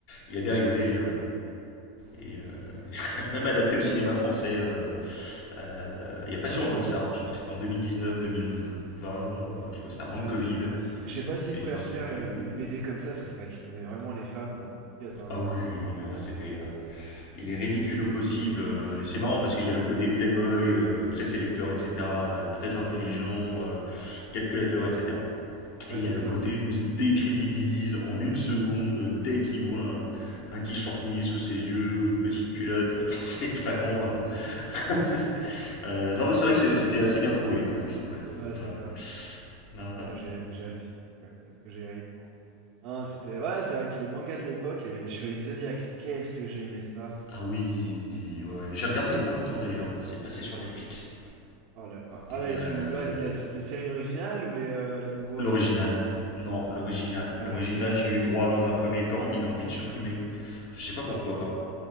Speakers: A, on the left; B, on the right.
A: il a bien rigolé, euh, et euh, <laughs> même adapté au cinéma français euh, euh, il n'y a pas
B: Ah
A: si
B: oui!
A: longtemps que ça, hein. je crois que c'était en 2019-2020, je crois que c'était avant
B: Ouais,
A: le Covid,
B: c'est ça. Mais je sais pas s'ils
A: et
B: pourraient
A: c'était.
B: refaire euh, une BD comme ça, parce que c'est vrai qu'ils prenaient vraiment les femmes pour des idiotes, hein.
A: Ah oui,
B: Enfin,
A: oui, non mais là c'était. euh, il est ridicule au possible. euh, Et c'est marrant parce qu'il y a le côté playboy, euh, très séducteur, etc., euh, très intelligent, euh, calculateur, etc.
B: ouais,
A: Et il
B: c'est
A: y a le
B: ça.
A: côté où il se décrédibilise en une seconde dès qu'il voit un, un t-shirt mouillé sous ses yeux ou une petite culotte. Enfin, <laughs> c'est vraiment. euh, <laughs> c'est- euh, non, mais c'est vrai que c'est- c'était assez bien trouvé, quand même, je trouvais.
B: Ouais, c'est
A: Ouais,
B: ça.
A: ouais.
B: Ah,
A: ouais.
B: moi, j'ai j'ai halluciné quand même. Qu'est-ce que j'ai ri devant. Ah, c'était. Ouais, c'est vrai que les mangas de l'époque, il y avait les Chevaliers du Zodiaque. Qu'est-ce que j'ai aimé ça.
A: Ah oui, ouais, ouais. J'ai regardé il n'y a pas longtemps d'ailleurs. C'est passé sur Netflix.
B: Oh là là. Ah,
A: Et
B: mais
A: euh,
B: tu. Ouais, la, sé- la série originale ou les, euh, les nouveaux,
A: L'original.
B: là?
A: Non, l'original.
B: Ah,
A: L'original,
B: l'original,
A: j'ai
B: là.
A: eu droit dans un premier temps. Ils l'ont vite supprimé. Je sais
B: Ah, c'est
A: pas pourquoi.
B: bizarre.